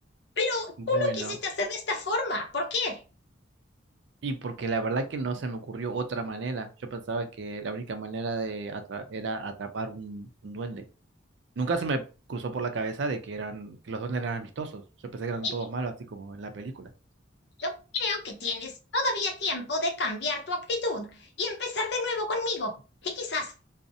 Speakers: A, on the left (about 60°); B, on the right (about 65°).
A: Pero tú
B: Bueno,
A: lo quisiste hacer de esta forma. ¿Por qué?
B: y porque la verdad que no se me ocurrió otra manera. Yo pensaba que la única manera de atra- era atrapar un, un duende. Nunca se me cruzó por la cabeza de que eran, que los duendes eran amistosos. Yo pensé que eran
A: Y
B: todos malos, así como en la película.
A: yo creo que tienes todavía tiempo de cambiar tu actitud y empezar de nuevo conmigo. Y quizás